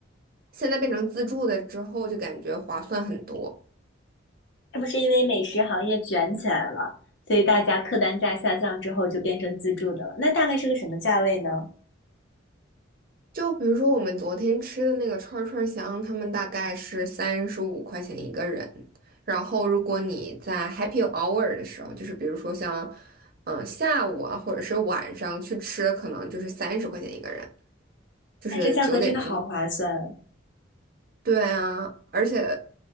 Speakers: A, on the right (about 45°); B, on the left (about 65°).
A: 现在变成自助的之后，就感觉划算很多。
B: 是不是因为美食行业卷起来了，所以大家客单价下降之后就变成自助的了？那大概是个什么价位呢？
A: 就比如说我们昨天吃的那个串儿串儿香，他们大概是三十五块钱一个人。然后如果你在 happy hour 的时候，就是比如说像，嗯，下午啊，或者是晚上去吃，可能就是三十块钱一个人，就是九点之
B: 那这价格真的好划算。
A: 对啊，而且，